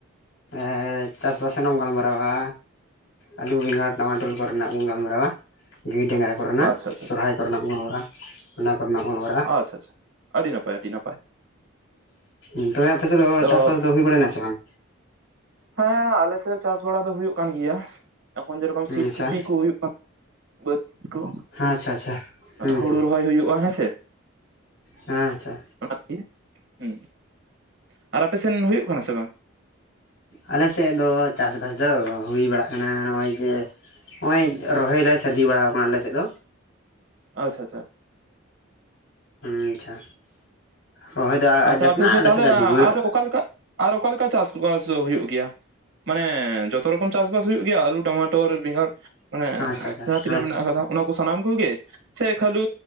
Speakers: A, on the left; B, on the right.
A: ᱮᱻ ᱪᱟᱥᱵᱟᱥ ᱨᱮᱱᱟᱝ ᱮᱢ ᱜᱟᱞ ᱢᱟᱨᱟᱣᱟ᱾ ᱟᱞᱩ ᱵᱮᱸᱜᱟᱲ ᱴᱟᱢᱟ ᱴᱚᱞ ᱠᱚᱨᱮᱱᱟᱜ ᱵᱚᱱ ᱜᱟᱞᱢᱟᱨᱟᱣᱟ, ᱜᱟᱹᱭ ᱰᱟᱝᱨᱟ ᱠᱚᱨᱮᱱᱟᱜ
B: ᱟᱪᱪᱷᱟ ᱟᱪᱪᱷᱟ
A: ᱥᱚᱨᱦᱟᱭ ᱠᱚᱨᱮᱱᱟᱜ ᱵᱚᱱ ᱜᱟᱞᱢᱟᱨᱟᱜᱼᱟ, ᱚᱱᱟ ᱠᱚᱨᱮᱱᱟᱜ ᱵᱚᱱ ᱨᱟᱜᱼᱟ <unintelligible>
B: ᱟᱪᱪᱷᱟ ᱟᱪᱪᱷᱟ ᱟᱹᱰᱤ ᱱᱟᱯᱟᱭ ᱟᱹᱰᱤ ᱱᱟᱯᱟᱭ
A: ᱚᱱᱛᱮᱨᱮ ᱟᱯᱮ ᱥᱮᱫ ᱫᱚ
B: ᱛᱚ
A: ᱪᱟᱥ ᱵᱟᱥ ᱫᱚ ᱦᱩᱭ ᱵᱟᱲᱟᱭᱱᱟ ᱥᱮ ᱵᱟᱝ?
B: ᱦᱮᱸ ᱟᱞᱮ ᱥᱮᱫ ᱪᱟᱥ ᱵᱟᱲᱟ ᱫᱚ ᱦᱩᱭᱩᱜ ᱠᱟᱱ ᱜᱮᱭᱟ, ᱮᱠᱷᱚᱱ ᱡᱮᱨᱚᱠᱚᱢ ᱥᱤᱞ
A: ᱟᱪᱪᱷᱟ
B: ᱥᱤ ᱠᱚ ᱦᱩᱭᱩᱜ ᱠᱟᱱᱟ᱾ ᱵᱟᱹᱫᱽ ᱠᱚ,
A: ᱟᱪᱪᱷᱟ ᱟᱪᱪᱷᱟ ᱦᱩᱸ
B: ᱦᱩᱲᱩ
A: ᱦᱩᱸ
B: ᱨᱚᱦᱚᱭ ᱦᱩᱭᱩᱜᱼᱟ ᱦᱮᱸᱥᱮ ᱾
A: ᱦᱮᱸ ᱟᱪᱪᱷᱟ
B: ᱦᱩᱸ <unintelligible> ᱟᱨ ᱟᱯᱮ ᱥᱮᱱ ᱦᱩᱭᱩᱜ ᱠᱟᱱᱟ ᱥᱮ ᱵᱟᱝ?
A: ᱟᱞᱮ ᱥᱮᱫ ᱫᱚ ᱪᱟᱥ ᱵᱟᱥ ᱫᱚ ᱦᱩᱭ ᱵᱟᱲᱟᱜ ᱠᱟᱱᱟ ᱱᱚᱜᱼᱚᱭ ᱡᱮ ᱱᱚᱜᱼᱚᱭ ᱨᱚᱦᱚᱭ ᱞᱮ ᱥᱟᱹᱨᱫᱤ ᱵᱟᱲᱟᱣ ᱟᱠᱟᱱᱟ ᱟᱞᱮ ᱥᱮᱫ ᱫᱚ᱾
B: ᱟᱪᱪᱷᱟ ᱟᱪᱪᱷᱟ
A: ᱟᱪᱪᱷᱟ, ᱨᱚᱦᱚᱭ ᱫᱚ
B: ᱟᱪᱪᱷᱟ
A: ᱡᱚᱛᱱᱟᱜ
B: ᱟᱯᱮ
A: ᱟᱞᱮ
B: ᱛᱟᱦᱚᱞᱮ
A: ᱥᱮᱫ ᱰᱩᱵᱟᱹᱜ
B: ᱟᱨ ᱚᱠᱟᱞᱮᱠᱟ ᱟᱨ ᱚᱠᱟ ᱞᱮᱠᱟ ᱪᱟᱥ ᱵᱟᱥ ᱦᱩᱭᱩᱜ ᱜᱮᱭᱟ? ᱢᱟᱱᱮ ᱡᱚᱛᱚ ᱨᱚᱠᱚᱢ ᱪᱟᱥ ᱵᱟᱥ ᱦᱩᱭᱩᱜ ᱜᱮᱭᱟ ᱟᱞᱩ, ᱴᱟᱢᱟᱴᱚᱨ, ᱵᱮᱸᱜᱟᱲ ᱢᱟᱱᱮ
A: ᱟᱪᱪᱷᱟ ᱟᱪᱪᱷᱟ
B: ᱡᱟᱦᱟᱸ ᱛᱤᱱᱟᱹᱜ
A: ᱟᱪᱪᱷᱟ
B: ᱢᱮᱱᱟᱜ ᱟᱠᱟᱫᱟ᱾ ᱚᱱᱟ ᱠᱚ ᱥᱟᱱᱟᱢ ᱠᱚᱜᱮ ᱥᱮ ᱠᱷᱟᱹᱞᱤ